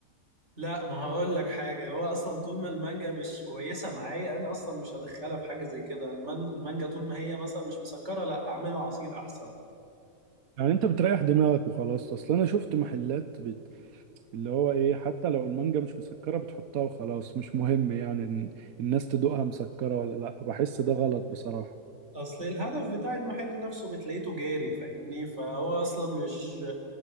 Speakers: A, on the right (about 55°); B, on the right (about 80°).
A: لا ما هقول لك حاجة هو أصلا طول ما المانجا مش كويسة معايا أنا أصلا مش هدخلها في حاجة زي كده المن- المانجا طول ما هي مثلا مش مسكرة لا أعملها عصير أحسن
B: يعني انت بتريح دماغك وخلاص اصل انا شفت محلات بت... اللي هو ايه حتى لو المانجا مش مسكرة بتحطها وخلاص مش مهم يعني إن الناس تدوقها مسكرة ولا لا بحس ده غلط بصراحة
A: اصل الهدف بتاع المحل نفسه بتلاقيته جاري فاهمني فهو اصلا مش